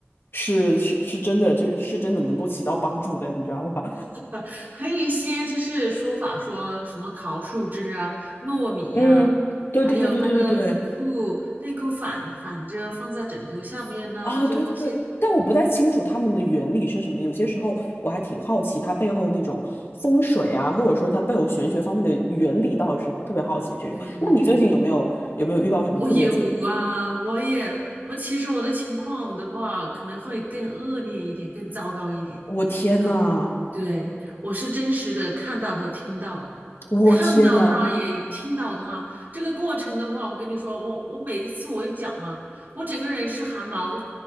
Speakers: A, on the left; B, on the right.
A: 是是是真的，就是是真的能够起到帮助的，你知道吧？
B: <laughs> 还有一些就是说法说什么桃树枝啊、糯米呀、
A: <laughs> 嗯，对对对对对对对，
B: 还有那个内裤内裤反反着放在枕头下面呢、
A: 啊，
B: 就一些
A: 对对对，但我不太清楚他们的原理是什么。有些时候我还挺好奇他背后那种风水啊，或者说他背后玄学方面的原理到底是什么，特别好奇这种。
B: 嗯，
A: 那你最近有没有有没有遇到什么特别？
B: 我有啊，我也我其实我的情况的话，可能会更恶劣一点，更糟糕一点。
A: 我天呐，
B: 这个对，我是真实的看到和听到，
A: 我天呐！
B: 看到他也听到他。这个过程的话，我跟你说，我我每一次我也讲啊，我整个人是汗毛